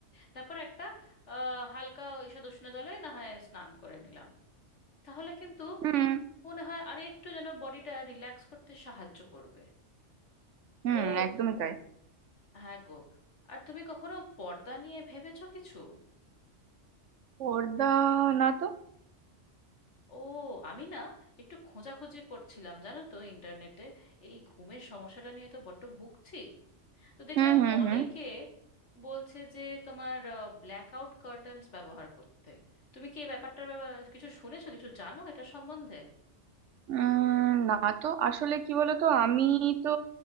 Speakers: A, on the left (about 70°); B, on the right (about 75°).
A: তারপর একটা আহ হালকা ঈষদুষ্ণ জলে না হয় স্নান করে নিলাম তাহলে কিন্তু
B: হুম
A: মনে হয় আরে একটু যেন বডিটা রিল্যাক্স করতে সাহায্য করবে
B: হুম
A: তো
B: একদমই তাই
A: হ্যাঁ গো আর তুমি কখনো পর্দা নিয়ে ভেবেছো কিছু
B: পর্দা না তো
A: ও আমি না একটু খোঁজাখুঁজি করছিলাম জানো তো ইন্টারনেটে এই ঘুমের সমস্যাটা নিয়ে তো বড্ড ভুগছি তো দেখলাম
B: হুম হুম
A: অনেকে
B: হুম
A: বলছে যে তোমার ব্ল্যাকআউট কার্টেন্স ব্যবহার করতে তুমি কি এই ব্যাপারটার ব্যাপার- কিছু শুনেছো কিছু জানো এটা সম্বন্ধে
B: উম না তো আসলে কি বলতো আমি তো